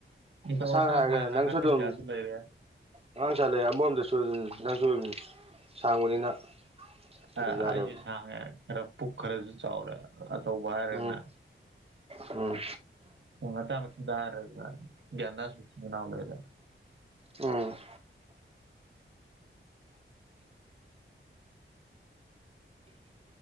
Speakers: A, on the right; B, on the right.
A: ꯅꯤꯡꯊꯧ
B: ꯑꯁꯥꯡ ꯍꯥꯏꯔꯒꯅꯦ
A: ꯍꯥꯏꯅ
B: ꯅꯪꯁꯨ
A: ꯑꯉꯥꯡ
B: ꯑꯗꯨꯝ
A: ꯀꯌꯥꯁꯨ ꯂꯩꯔꯦ
B: ꯑꯉꯥꯡ ꯆꯥꯠꯂꯑꯦ ꯑꯃꯔꯣꯝꯗꯁꯨ ꯑꯗꯨꯝ ꯅꯪꯁꯨ ꯑꯗꯨꯝ ꯁꯥꯡꯕꯅꯤꯅ ꯑꯗꯨꯝ
A: ꯑꯩꯁꯨ
B: ꯌꯥꯔꯦꯕ
A: ꯁꯥꯡꯉꯦ ꯈꯔ ꯄꯨꯛ ꯈꯔꯁꯨ ꯆꯥꯎꯔꯦ ꯑꯆꯧꯕ ꯍꯥꯌꯔꯒꯅꯥ
B: ꯎꯝ ꯎꯝ
A: ꯃꯆꯥ ꯃ ꯔ ꯒꯗ ꯂꯩꯔꯦ <unintelligible>
B: ꯎꯝ